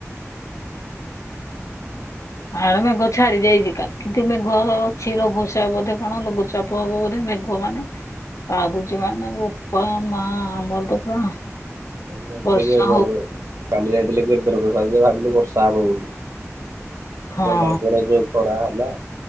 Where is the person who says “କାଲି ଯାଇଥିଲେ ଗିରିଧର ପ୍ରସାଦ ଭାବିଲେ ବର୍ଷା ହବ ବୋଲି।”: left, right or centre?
Right